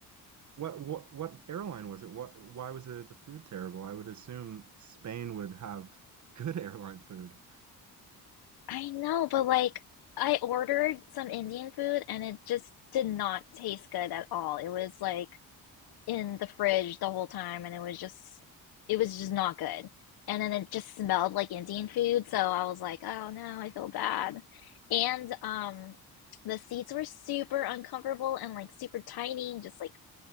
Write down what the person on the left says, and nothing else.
I know, but like I ordered some Indian food and it just did not taste good at all. It was like in the fridge the whole time and it was just it was just not good. And then it just smelled like Indian food, so I was like, "Oh no, I feel bad." And um the seats were super uncomfortable and like super tiny and just like